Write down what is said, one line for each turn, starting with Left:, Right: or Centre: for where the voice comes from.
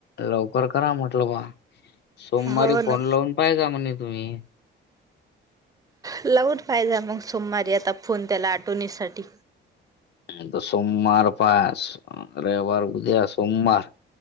Left: लवकर करा म्हटलं बा सोमवारी
Right: हो
Left: फोन
Right: ना
Left: लावून - पाय का म्हणे तुम्ही
Right: लावून पाहिज मग सोमवारी आता फोन त्याला आठवणीसाठी
Left: आता सोमवार पास रविवार उद्या सोमवार